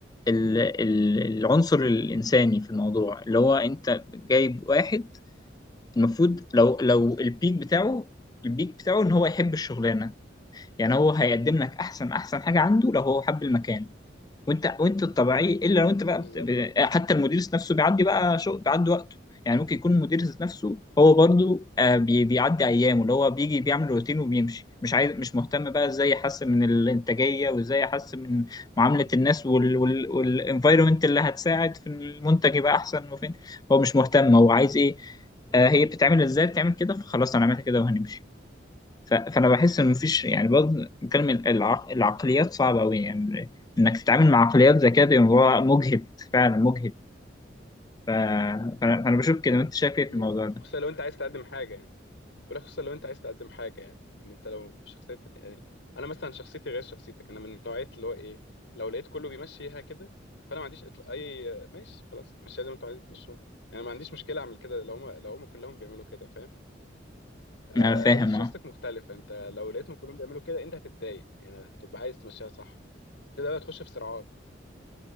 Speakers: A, on the left; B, on the left.
A: ال- ال- العنصر الإنساني في الموضوع اللي هو أنت جايب واحد المفروض لو لو البيك بتاعه البيك بتاعه إن هو يحب الشغلانة يعني هو هيقدم لك أحسن أحسن حاجة عنده لو هو حب المكان وانت وانت الطبيعي الا لو انت بقى
B: بالظبط
A: بت... ب- حتى المدير ذات نفسه بيعدي بقى شو بيعدي وقته يعني ممكن يكون المدير ذات نفسه هو برضو آه بي... بيعدي ايامه اللي هو بيجي بيعمل روتين وبيمشي مش عايز مش مهتم بقى ازاي يحسن من الانتاجيه وازاي يحسن من معامله الناس وال... وال... والانفايرمنت اللي هتساعد في المنتج يبقى احسن وفين هو مش مهتم هو عايز ايه آه هي بتتعمل ازاي بتعمل كده فخلاص انا عملت كده وهنمشي ف- فانا بحس ان مفيش يعني برضه نتكلم
B: مم.
A: الع- العقليات صعبه قوي يعني انك تتعامل مع عقليات زي كده بيبقى الموضوع مجهد فعلا مجهد ف- فانا فأنا بشوف كده وانت شايف ايه في
B: مم.
A: الموضوع ده
B: خصوصا لو انت عايز تقدم حاجه يعني ولا خصوصا لو انت عايز تقدم حاجه يعني يعني انت لو شخصيه يعني انا مثلا شخصيتي غير شخصيتك انا من نوعيه اللي هو ايه لو لقيت كله بيمشيها كده فانا ما عنديش اطلاق اي ماشي خلاص ماشي زي ما انتوا عايزين تمشوها يعني ما عنديش مشكله اعمل كده لو هم لو هم كلهم بيعملوا كده فاهم آه
A: انا فاهم
B: انت شخصيتك
A: اه
B: مختلفه انت لو لقيتهم كلهم بيعملوا كده انت هتتضايق يعني هتبقى عايز تمشيها صح تبدا بقى تخش في صراعات